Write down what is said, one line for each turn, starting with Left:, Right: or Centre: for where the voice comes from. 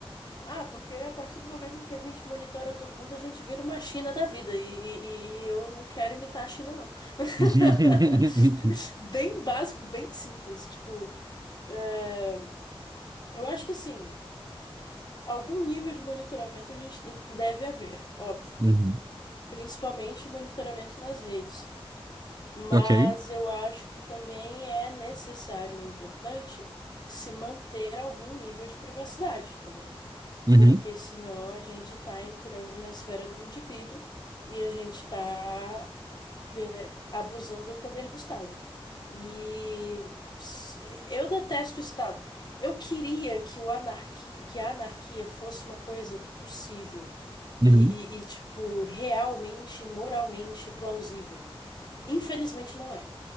Left: Ah, porque a partir do momento em que a gente monitora todo mundo, a gente vira uma China da vida. E, e- e eu não quero imitar a China, não.
Right: <laughs>
Left: <laughs> Bem básico, bem simples. Tipo, é, eu acho que assim. Algum nível de monitoramento a gente deve haver, óbvio,
Right: Uhum.
Left: principalmente monitoramento nas redes. Mas
Right: Ok.
Left: eu acho que também é necessário e importante se manter algum nível de privacidade também,
Right: Uhum.
Left: porque senão a gente está entrando na esfera do indivíduo e a gente está é, abusando do poder do Estado. E s- eu detesto o Estado. Eu queria que o anarqui, que a anarquia fosse uma coisa possível
Right: Uhum.
Left: e, e, e, tipo, realmente, moralmente plausível. Infelizmente não é.